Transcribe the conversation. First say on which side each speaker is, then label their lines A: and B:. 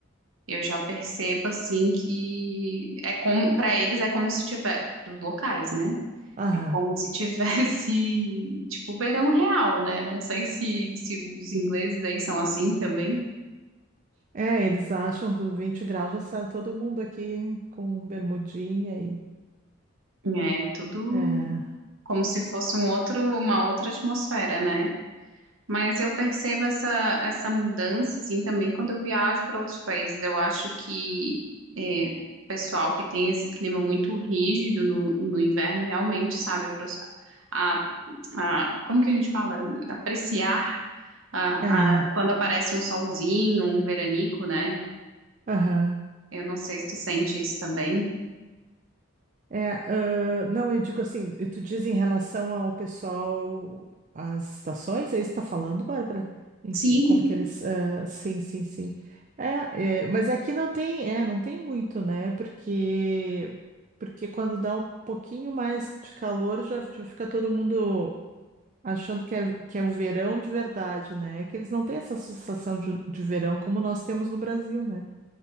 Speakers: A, on the right; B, on the right.
A: eu já percebo assim que é como para eles é como se tiver dos locais, né?
B: Aham.
A: É como se tivesse, <laughs> tipo, verão real, né? Não sei se, se os ingleses aí são assim também.
B: É, eles acham do 20 graus já sai todo mundo aqui com bermudinha e.
A: É tudo
B: É,
A: como se fosse um outro, uma outra atmosfera, né? Mas eu percebo essa, essa mudança, assim, também quando eu viajo para outros países. Eu acho que é, o pessoal que tem esse clima muito rígido no, no inverno realmente sabe apro- a, a- como que a gente fala? Apreciar a,
B: é,
A: a- quando aparece um solzinho, um veranico, né?
B: aham.
A: Eu não sei se tu sente isso também.
B: É, ah, não, eu digo assim, tu diz em relação ao pessoal, às estações, é isso que tá falando, Bárbara? Em-
A: Sim,
B: si, Como que eles, ah, sim, sim, sim. É, é, mas aqui não tem, é, não tem muito, né? Porque, porque quando dá um pouquinho mais de calor, já, já fica todo mundo achando que é, que é o verão de verdade, né? É Que eles não têm essa sensação de, de verão como nós temos no Brasil, né?